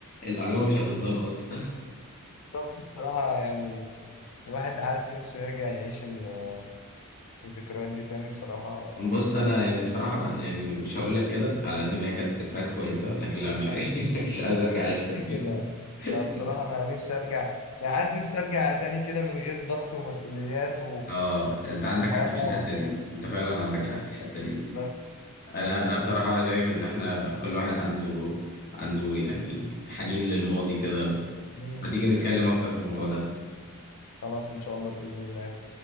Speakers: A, on the left; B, on the left.
A: المعلومه مش هتوصله اصلا
B: طب بصراحه يعني الواحد عارف نفسه يرجع يعيش ال- الذكريات دي تاني بصراحه
A: <laughs> بص انا يعني بصراحه يعني مش هقول لك كده على قد ما هي كانت ذكريات كويسه لكن لا مش عايز <laughs> مش عايز ارجع اعيشها
B: دي
A: تاني
B: كده
A: <laughs>
B: لا بصراحه انا نفسي ارجع يعني عايز نفسي ارجع تاني كده من غير ضغط ومسؤوليات
A: اه انت عندك
B: الحياة
A: حق
B: صعبة
A: في الحته
B: كده
A: دي انت فعلا عندك
B: أه،
A: حق في الحته دي
B: بس
A: انا انا بصراحه شايف ان احنا كل واحد عنده عنده يعني حنين للماضي كده
B: مم.
A: ما تيجي نتكلم اكتر في الموضوع ده
B: خلاص إن شاء الله بإذن الله